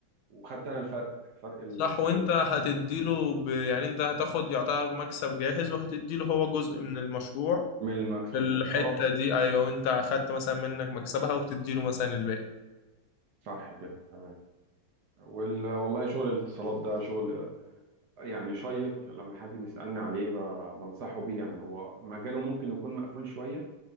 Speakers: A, on the right; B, on the left.
A: وخدت انا الفرق فرق الفلوس
B: صح وانت هتديله ب... يعني انت هتاخد يعتبر مكسب جاهز وهتديله هو جزء من المشروع
A: من المكسب
B: في الحتة
A: ده خلاص
B: دي ايوه وانت اخدت مثلا منك مكسبها وبتديله مثلا الباقي
A: صح كده تمام وال... والله شغل الاتصالات ده شغل يعني شيق لما حد بيسألني عليه ب... بنصحه بيه يعني هو مجاله ممكن يكون مقفول شوية